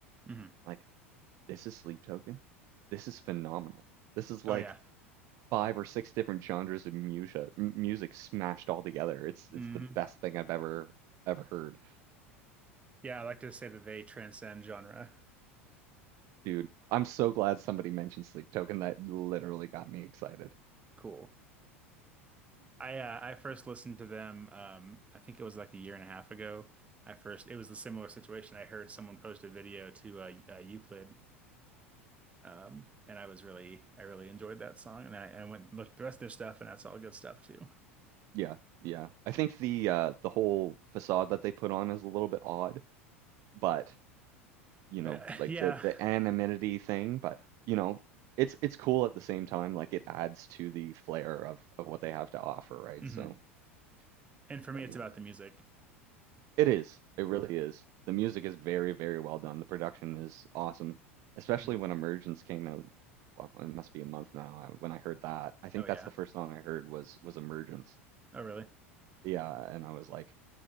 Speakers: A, on the right; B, on the right.
A: hmm
B: I'm like, this is Sleep Token. This is phenomenal. This is like
A: Oh yeah.
B: five or six different genres of music, music smashed all together. It's
A: hmm
B: it's the best thing I've ever ever heard,
A: Yeah, I like to say that they transcend genre.
B: dude. I'm so glad somebody mentioned Sleep Token. That literally got me excited.
A: Cool. I uh, I first listened to them. Um, I think it was like a year and a half ago. I first it was a similar situation. I heard someone post a video to uh, uh, Euclid, um, and I was really I really enjoyed that song. And I, I went and looked at the rest of their stuff, and that's all good stuff too.
B: Yeah, yeah. I think the uh, the whole facade that they put on is a little bit odd, but you know,
A: Uh,
B: like
A: yeah.
B: the the anonymity thing. But you know, it's it's cool at the same time. Like it adds to the flair of of what they have to offer, right?
A: hmm
B: So,
A: And for me,
B: but
A: it's
B: yeah.
A: about the music.
B: It is. It really is. The music is very, very well done. The production is awesome, especially
A: hmm
B: when Emergence came out. Well, it must be a month now. I- When I heard that, I think
A: Oh yeah.
B: that's the first song I heard was was Emergence.
A: Oh really?
B: And yeah, and I was like,